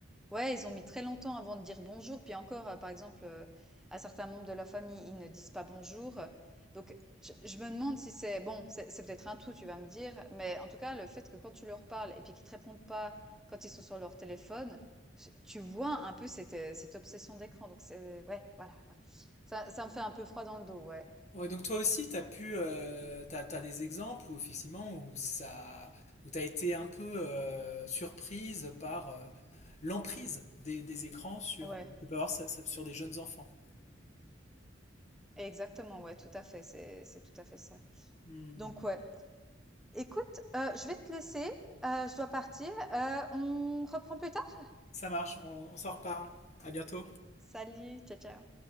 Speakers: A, in the centre; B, on the left.
A: ouais, ils ont mis très longtemps avant de dire bonjour. Puis encore, heu, par exemple, heu, à certains membres de la famille, ils ne disent pas bonjour, heu, donc je je me demande si c'est bon, c'est c'est peut-être un tout, tu vas me dire, mais en tout cas, le fait que quand tu leur parles et puis qu'ils te répondent pas quand ils sont sur leur téléphone, ch tu vois un peu cette, heu, cette obsession d'écran, donc c'est ouais, voilà, ouais. Ça ça me fait un peu froid dans le dos, ouais.
B: Ouais, donc toi aussi, t'as pu, euh, t'as, t'as des exemples où effectivement où ça, où t'as été un peu euh, surprise par euh, l'emprise des, des écrans sur,
A: Ouais,
B: que peut avoir ça- ça- sur des jeunes enfants.
A: exactement, ouais, tout à fait, c'est c'est tout à fait ça,
B: Hmm.
A: donc ouais. Écoute, heu, je vais te laisser, heu, je dois partir, heu, on reprend plus tard?
B: Ça marche, on, on s'en reparle. À bientôt.
A: Salut, ciao, ciao.